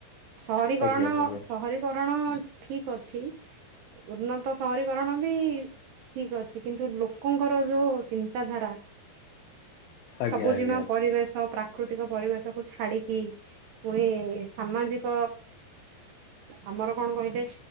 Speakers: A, on the right; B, on the left.
A: ସହରୀଗଣନ
B: ଆଜ୍ଞା ଆଜ୍ଞା
A: ସହରୀଗ ଗରଣ ଠିକ୍ ଅଛି ଉନ୍ନତ ସହରୀଗରଣ ବି ଠିକ ଅଛି କିନ୍ତୁ ଲୋକଙ୍କର ଯୋଉ ଚିନ୍ତାଧାରା।
B: ଆଜ୍ଞା
A: ସବୁଜିମା
B: ଆଜ୍ଞା
A: ପରିବେଶ ପ୍ରା ପ୍ରାକୃତିକ ପରିବେଶକୁୁ ଛାଡିକି ପୁଣି ସାମାଜିକ ଆମର କଣ କହିଲେ